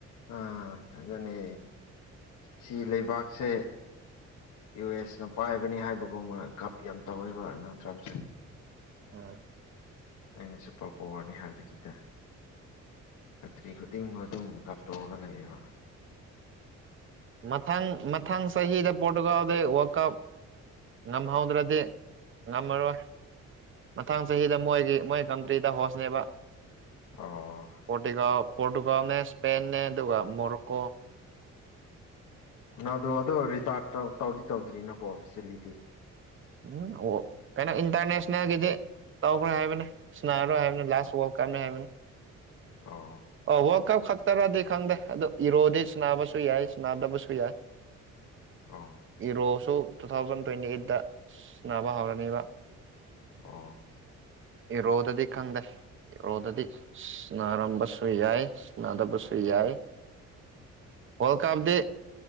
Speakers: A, on the left; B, on the right.
A: ꯑꯥ ꯑꯗꯨꯅꯤ ꯁꯤ ꯂꯩꯕꯥꯛꯁꯦ ꯌꯨ ꯑꯦꯁꯅ ꯄꯥꯏꯕꯅꯤ ꯍꯥꯏꯕꯒꯨꯝꯕ ꯀꯞ ꯌꯥꯝ ꯇꯧꯋꯦꯕ ꯅꯠꯇ꯭ꯔꯝ ꯇꯥꯏ
B: ꯎꯝ
A: ꯑꯩꯅ ꯁꯨꯄꯔ ꯄꯋꯥꯔꯅꯤ ꯍꯥꯏꯕꯒꯤꯗ ꯈꯇ꯭ꯔꯤ ꯈꯨꯗꯤꯡꯃ ꯑꯗꯨꯝ ꯇꯧꯔꯒ ꯂꯩꯌꯦꯕ
B: ꯃꯊꯪ ꯃꯊꯪ ꯆꯍꯤꯗ ꯄꯣꯠꯇꯨꯀꯗꯩ ꯋꯥꯀꯞ ꯉꯝꯍꯧꯗ꯭ꯔꯗꯤ ꯉꯝꯃꯔꯣꯏ ꯃꯊꯥꯡ ꯆꯍꯤꯗ ꯃꯣꯏꯒꯤ ꯃꯣꯏ ꯀꯟꯇ꯭ꯔꯤꯗ ꯍꯣꯁꯅꯦꯕ
A: ꯑꯣ
B: ꯄꯣꯔꯇꯤꯒꯥꯎ ꯄꯣꯔꯇꯨꯒꯥꯜꯅꯦ ꯁ꯭ꯄꯦꯟꯅꯦ ꯑꯗꯨꯒ ꯃꯣꯔꯣꯛꯀꯣ
A: ꯅꯅꯥꯗꯣ ꯑꯗꯣ ꯔꯤꯇꯥꯔ ꯇꯧꯗꯤ ꯇꯧꯗ꯭ꯔꯤꯅꯀꯣ ꯑꯣꯐꯤꯁꯦꯜꯂꯤꯗꯤ
B: ꯎꯝ ꯑꯣ ꯀꯩꯅꯣ ꯏꯟꯇꯔꯅꯦꯁꯅꯦꯜꯒꯤꯗꯤ ꯇꯧꯈ꯭ꯔꯣꯏ ꯍꯥꯏꯕꯅꯤ ꯁꯅꯔꯣꯏ ꯍꯥꯏꯕꯅꯤ ꯂꯥꯁ
A: ꯑꯣ
B: ꯋꯥ ꯀ ꯍꯥꯏꯕꯅꯤ
A: ꯑꯣ
B: ꯑꯣ ꯋꯥꯔꯜ ꯀꯞ ꯈꯛꯇꯔꯗꯤ ꯈꯪꯗꯦ ꯑꯗꯨꯣ ꯏꯔꯣꯗꯤ ꯁꯕꯁꯨ ꯌꯥꯏ ꯁꯅꯥꯗꯕꯁꯨ ꯌꯥꯏ
A: ꯑꯣ
B: ꯏꯔꯣꯁꯨ ꯇꯨ ꯊꯥꯎꯖꯟ ꯇ꯭ꯋꯦꯟꯇꯤ ꯑꯩꯠꯇ ꯁꯟꯅꯕ ꯍꯧꯔꯅꯤꯕ
A: ꯑꯥ
B: ꯏꯔꯣꯗꯗꯤ ꯈꯪꯗꯦ ꯏꯔꯣꯗꯗꯤ ꯁꯅꯔꯝꯕꯁꯨ ꯁ ꯌꯥꯏ ꯁꯨꯅꯗꯕꯁꯨ ꯌꯥꯏ ꯋꯥꯔꯜ ꯀꯞꯗꯤ